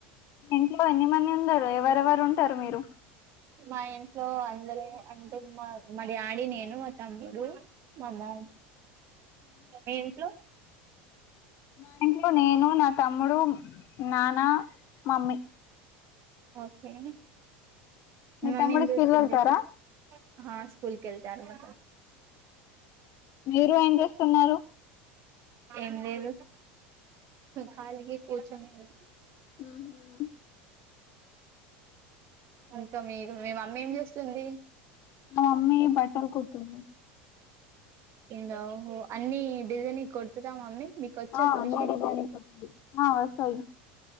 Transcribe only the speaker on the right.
మా ఇంట్లో అందరు అంటే మా మా డాడీ, నేను మా తమ్ముడు మా మామ్ మీ ఇంట్లో
ఓకే
మమ్మీ
ఏం చేస్తుంది.
హా స్కూల్కెల్తాన్లు.
ఏం లేదు ఖాలిగే కూర్చున్న
ఇంకా మీరు మీ మమ్మీ ఏం చేస్తుంది.
దఓహో అన్ని డిజైని కొడుతుదా మమ్మీ మీకు వచ్చా
మిషన్